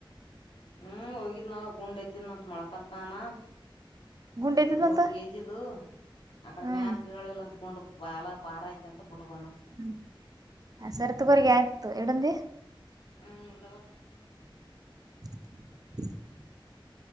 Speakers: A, on the left; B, on the right.
A: ಹ್ಮ್ ಹೋಗಿದ್ ನ ಗುಂಡ್ ಐತಿದಂತ ಮೊಳಕಲ್ತಾನ
B: ಗುಂಡ್ ಐತಿದಂತ
A: ನೂರು ಕೆಜಿ ಅದು ಅಕಡೆ
B: ಹ್ಮ್
A: ಮ್ಯಾಕ್ ಕೇಳಲಿಲ್ಲ ಅಂದತ್ಕೊಂಡು ಬಾಲ ಪಾರ ಐತಿ ಅಂತ ಬಿಟ್ ಬಮ್ಮ
B: ಹ್ಮ್ ಸರ್ತಗರಿಗೆ ಆಯ್ತು ಎಡಂದಿ
A: ಹ್ಮ್ ಅದವ
B: <inaudible>